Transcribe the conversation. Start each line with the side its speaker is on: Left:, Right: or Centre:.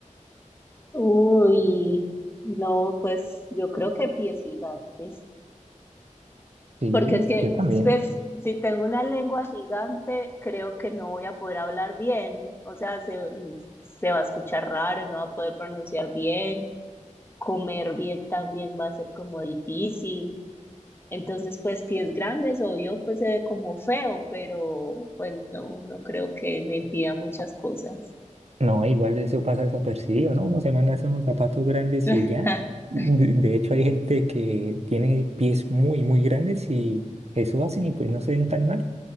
Left: Uy, no, pues yo creo que pies gigantes,
Right: Sí,
Left: porque es que,
Right: yo también.
Left: pues, si tengo una lengua gigante, creo que no voy a poder hablar bien, o sea, se, se va a escuchar raro, no va a poder pronunciar bien, comer bien también va a ser como difícil, entonces, pues, pies grandes, obvio, pues se ve como feo, pero pues no, no creo que me impida muchas cosas.
Right: No, igual eso pasa desapercibido, ¿no? Uno se manda a hacer unos zapatos grandes y
Left: <laughs>
Right: ya. De, de hecho, hay gente que tiene pies muy, muy grandes y eso hacen y pues no se ven tan mal.